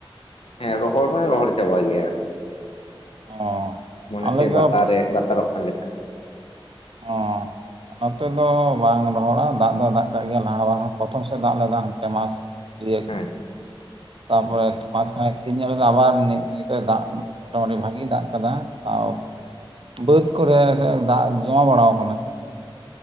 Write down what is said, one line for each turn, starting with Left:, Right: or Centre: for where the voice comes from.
Left: ᱦᱮᱸ ᱨᱚᱦᱚᱲ ᱢᱟᱱᱮ ᱨᱚᱦᱚᱲ ᱪᱟᱵᱟ ᱜᱮᱭᱟ।
Right: ᱚ
Left: ᱢᱚᱱᱮ
Right: ᱟᱞᱮ
Left: ᱥᱮ
Right: ᱫᱚ
Left: ᱵᱟᱛᱟᱨᱮ, ᱵᱟᱛᱟᱨᱚᱜ ᱠᱟᱱ ᱞᱮᱠᱟ।
Right: ᱚ ᱱᱚᱛᱮ ᱫᱚ ᱵᱟᱝ ᱨᱚᱦᱚᱲᱟ, ᱫᱟᱜ ᱫᱚ ᱫᱟᱜ ᱠᱟᱜ ᱜᱮᱭᱟ ᱞᱟᱦᱟ ᱨᱮᱦᱚᱸ, ᱯᱨᱚᱛᱷᱚᱢ ᱥᱮᱫ ᱫᱟᱜ ᱞᱮᱫᱟ ᱚᱱᱛᱮ ᱢᱟ ᱨᱮᱭᱟᱜ,
Left: ᱦᱮᱸ
Right: ᱛᱟᱯᱚᱨᱮ ᱢᱟᱡᱷ ᱠᱷᱟᱱᱮ ᱛᱤᱨ ᱧᱚᱜ ᱞᱮᱱᱟ ᱟᱵᱟᱨ ᱱᱤ ᱱᱤᱛᱚᱜ ᱫᱟᱜ ᱢᱚᱴᱟᱢᱩᱴᱤ ᱵᱷᱟᱜᱤ ᱫᱟᱜ ᱟᱠᱟᱫᱟ। ᱟᱨ
Left: ᱦᱚᱸ
Right: ᱵᱟᱹᱫᱽ ᱠᱚᱨᱮ ᱫᱟᱜ ᱡᱚᱢᱟ ᱵᱟᱲᱟᱣ ᱠᱟᱱᱟ।